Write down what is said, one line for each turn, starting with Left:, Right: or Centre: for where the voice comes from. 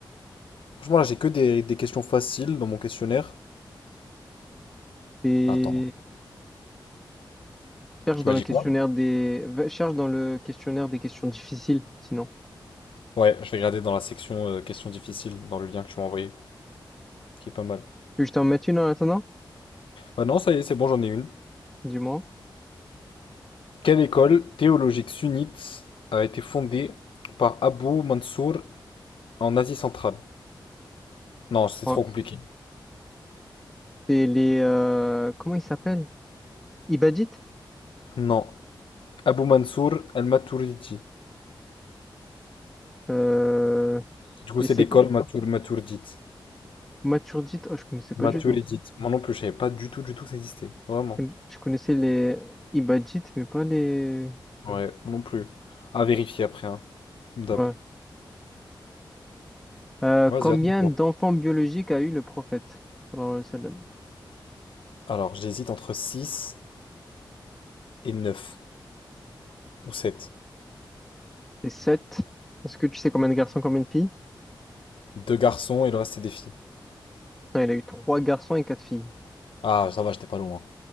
Left: Franchement, là, j'ai que des, des questions faciles dans mon questionnaire.
Centre: Et
Left: Attends,
Centre: cherche
Left: tu
Centre: dans
Left: m'as
Centre: le
Left: dit
Centre: questionnaire
Left: quoi?
Centre: des, va- cherche dans le questionnaire des questions difficiles sinon.
Left: Ouais, je vais regarder dans la section euh, questions difficiles, dans le lien que tu m'as envoyé, qui est pas mal.
Centre: Tu veux que je t'en mette une en attendant?
Left: Ah non, ça y est, c'est bon, j'en ai une.
Centre: Dis-moi.
Left: Quelle école théologique sunnite a été fondée par Abu Mansour en Asie centrale? Non, c'est
Centre: Ouais.
Left: trop compliqué.
Centre: C'est les, euh, comment ils s'appellent? Ibadit?
Left: Non. Abou Mansour al-Maturidi.
Centre: Euh,
Left: Du coup,
Centre: et
Left: c'est
Centre: c'est
Left: l'école Matur Maturdite.
Centre: Maturdit? Oh, je connaissais pas
Left: Maturidite.
Centre: du tout.
Left: Moi non plus, je savais pas du tout, du tout que ça existait. Vraiment.
Centre: Je, conna- je connaissais les Ibadit, mais pas les.
Left: Ouais, moi non plus. À vérifier après, hein. Tu me tapes.
Centre: Ouais. Euh,
Left: Vas-y,
Centre: combien
Left: à ton tour.
Centre: d'enfants biologiques a eu le prophète? sallallahu alayhi wa sallam
Left: Alors, j'hésite entre 6 et 9 ou 7.
Centre: C'est sept. Est-ce que tu sais combien de garçons, combien de filles?
Left: Deux garçons et le reste, c'est des filles.
Centre: Non, il a eu trois garçons et quatre filles.
Left: Ah, ça va, j'étais pas loin.